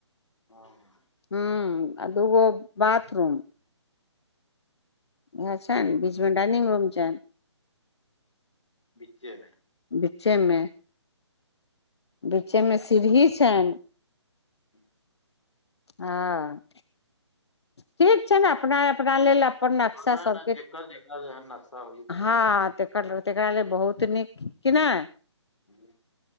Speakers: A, on the left (about 80°); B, on the left (about 65°).
A: ह।
B: हू, आ दुगो बातूम। इएह छनि बीच मे डाइनिंग रूम छनि
A: बीचेमे।
B: बीचेमे। लीचेमे सीढ़ी छन।
A: ह।
B: हँ, ठीक छैन, अपना अपना लेल अपन नक्शा
A: नहि
B: सबके
A: नहि जेकर जेकर जेहन नक्शा होइ
B: हँ
A: छै
B: त करलहुँ तेकरा लेल बहुत नीक कि नाय
A: जी।